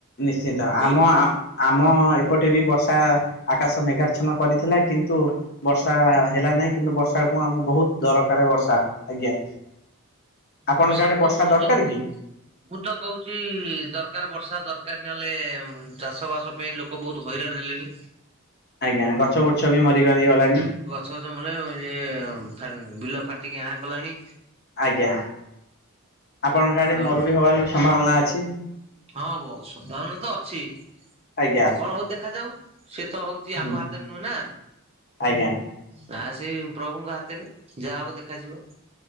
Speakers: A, on the left; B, on the right.
A: ନିଶ୍ଚିନ୍ତ
B: କୁହନ୍ତୁ।
A: ଆମ ଆ ଆମ ଏପଟେ ବି ବର୍ଷା ଆକାଶ ମେଘାଚ୍ଛନା କରିଥିଲା କିନ୍ତୁ? ବର୍ଷା ହେଲା ନାହିଁ କିନ୍ତୁ ବର୍ଷା କୁ ଆମକୁ ବୋହୁତ୍ ଦରକାରେ ବର୍ଷା ଆଜ୍ଞା। ଆପଣଙ୍କ
B: ବର୍ଷା
A: ଆଡେ
B: କୁ ତ ମୁଁ
A: ଦରକାର
B: ତ
A: କି?
B: ମୁଁ ତ କୋହୁଚି ଦରକାର ବର୍ଷା ଦରକାର ନହେଲେ ଚାଷ ବାସ ପାଇଁ ଲୋକ ବୋହୁତ୍ ହଇରାଣ ହେଲେଣି?
A: ଆଜ୍ଞା ଗଛ ବୁଛ ବି ମରିିମରି ଗଲାଣି?
B: ସହଜମ ଲା ଇଏ ହଁ <unintelligible> ବିଲ ଫାଟିକି ଆଁ କଲାଣି
A: ଆଜ୍ଞା ଆପଣଙ୍କ ଆଡେ
B: ଆଉ
A: ମରୁଡି ହବାରେ ସମ୍ଭାବନା ଅଛି।
B: ହଁ ବହୁ ସମ୍ଭାବନା ତ ଅଛି କଣ
A: ଆଜ୍ଞା
B: ହୋଉଚି ଦେଖାଯାଉ? ସେ ତ ହୋଉଚି
A: ହୁଁ
B: ଆମ ହାତରେ ନୁହେଁ ନା?
A: ଆଜ୍ଞା।
B: ନା ସେ ପ୍ରଭୁଙ୍କ ହାତରେ ଯାହା ହବ ଦେଖାଯିବ?